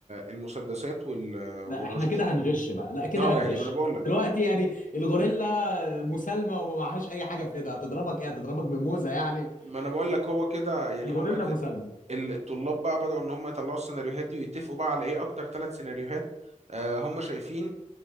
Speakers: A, on the right; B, on the left.
A: المسدسات وال- والرشاش
B: لا احنا كده هنغش بقى لا كده
A: اه
B: هنغش
A: يعني ما انا بقول لك
B: دلوقتي يعني الغوريلا مسالمة وما معهاش اي حاجة في ايدها هتضربك ايه هتضربك بموزة يعني
A: ما انا بقول لك هو كده يعني
B: فالغوريلا
A: هما د-
B: مسالمة
A: ال- الطلاب بقى بدأوا ان هم يطلعوا السيناريوهات دي ويتفقوا بقى على ايه اكتر ثلاث سيناريوهات آه هم شايفين